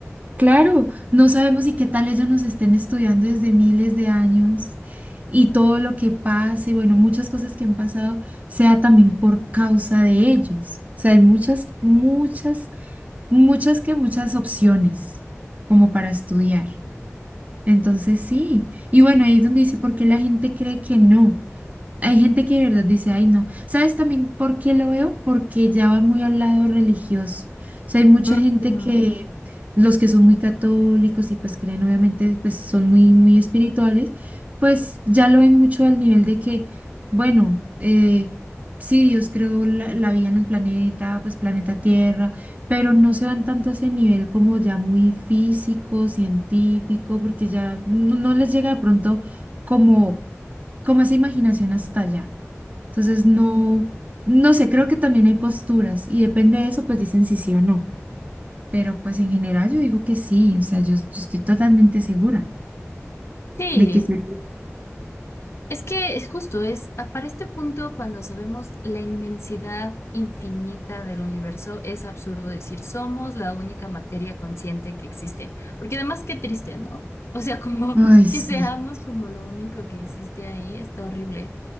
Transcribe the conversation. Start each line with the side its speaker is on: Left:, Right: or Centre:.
Right: Claro, no sabemos y qué tal ellos nos estén estudiando desde miles de años y todo lo que pase, bueno, muchas cosas que han pasado, sea también por causa de ellos. O sea, hay muchas, muchas, muchas que muchas opciones como para estudiar. Entonces, sí. Y bueno, ahí es donde dice, ¿por qué la gente cree que no? Hay gente que de verdad dice, ay, no. ¿Sabes también por qué lo veo? Porque ya va muy al lado religioso. O sea, hay mucha
Left: Ujú.
Right: gente
Left: Mm.
Right: que, los que son muy católicos y pues creen, obviamente, pues son muy, muy espirituales, pues ya lo ven mucho al nivel de que, bueno, eh, sí, Dios creó la, la vida en el planeta, pues planeta Tierra, pero no se van tanto a ese nivel como ya muy físico, científico, porque ya no no les llega de pronto como como esa imaginación hasta allá. Entonces, no, no sé, creo que también hay posturas y depende de eso, pues dicen si sí o no. Pero pues en general yo digo que sí, o sea, yo, yo estoy totalmente segura
Left: Sí,
Right: de que sí.
Left: es que es justo, es a- para este punto cuando sabemos la inmensidad infinita del universo, es absurdo decir somos la única materia consciente que existe, porque además qué triste, ¿no? O sea, como
Right: Ay,
Left: <laughs>
Right: sí.
Left: que seamos como lo único que existe ahí, está horrible.